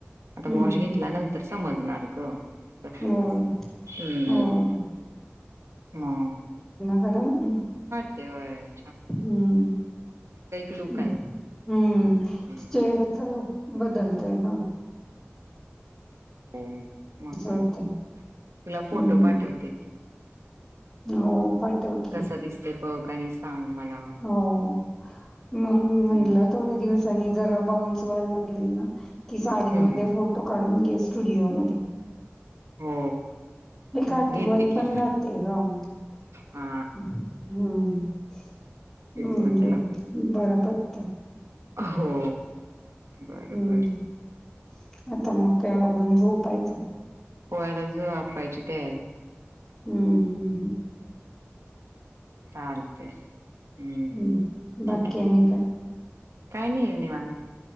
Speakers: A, on the right (about 85°); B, in the centre.
A: आता
B: हम्म
A: वॉश
B: हम्म
A: घेतल्या नंतर स समजनार गं अ हम्म
B: होय. होय
A: हम
B: बरं हम्म
A: त्या
B: हम्म
A: लुक
B: हम्म
A: आला हम्म,
B: चेहर्‍याचा लूक बदलताय का
A: हो मग काय
B: होतय.
A: तुला फोटो
B: हम्म
A: पाठवते
B: हो पाठव की
A: कस दिसतंय बघ आणि सांग मला.
B: हो म म्हटलं
A: हम्म.
B: थोड्या दिवसांनी जा बाउंस व्हायला लागले ना कि साडीमध्ये
A: हम्म.
B: फोटो काढून घे स्टुडिओमध्ये
A: हो.
B: हे आठवण
A: घेते की
B: पण राहते ग हम्
A: हा
B: हम्
A: तेच म्हंटलं.
B: ज बरोबर पटतं
A: हो बर
B: हम्म
A: बर
B: आता मग काय आवरून झोपायचं
A: पोर झोपायची तयारी
B: हम्म हम्म हम्
A: चालत हम्म
B: हं. बाकी
A: ठीक आहे
B: आणि
A: ठीक
B: काय?
A: काय नाही मी- निवांत